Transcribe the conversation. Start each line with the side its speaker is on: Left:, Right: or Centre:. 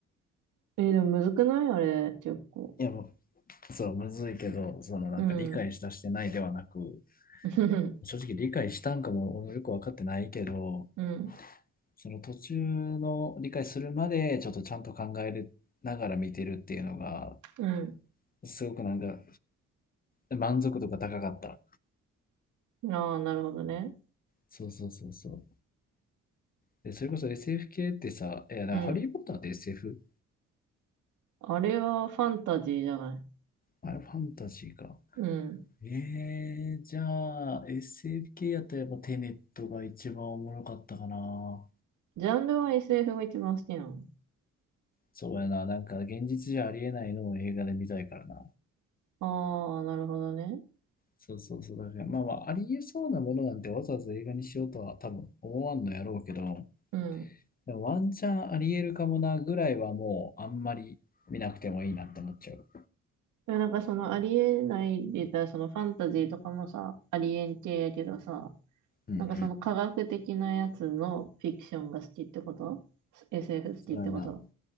Right: えーでもむずくないあれ、結構。
Left: いやもう、そう、むずいけど、そのなんか理解したしてないではなく、
Right: うん。<laughs>
Left: 正直理解したんかも俺もよく分かってないけど、
Right: うん。
Left: その途中の理解するまでちょっとちゃんと考えながら見てるっていうのが
Right: う
Left: すごくなんか満足度が高かった。
Right: ん。ああ、なるほどね。
Left: そうそうそうそう。で、それこそ SF 系ってさ、いや、だからハリー・
Right: うん。
Left: ポッターって SF?
Right: あれはファンタジーじゃない。
Left: あれファンタジーか。
Right: うん。
Left: えー、じゃあ SF 系やったらやっぱテネットが一番おもろかったかな。
Right: ジャンルは SF が一番好きなの。
Left: そうやな、なんか現実じゃありえないのを映画で見たいからな。
Right: ああ、なるほどね。
Left: そうそうそう。だからまあまあ、ありえそうなものなんてわざわざ映画にしようとは多分思わんのやろうけど、
Right: うん。
Left: ワンチャンありえるかもなぐらいはもうあんまり見なくてもいいなって思っちゃう。
Right: でもなんかそのありえないで言ったら、そのファンタジーとかもさ、ありえん系やけどさ、
Left: うんうんうん。
Right: なんかその科学的なやつのフィクションが好きってこと ?SF 好きってこと
Left: そうだな。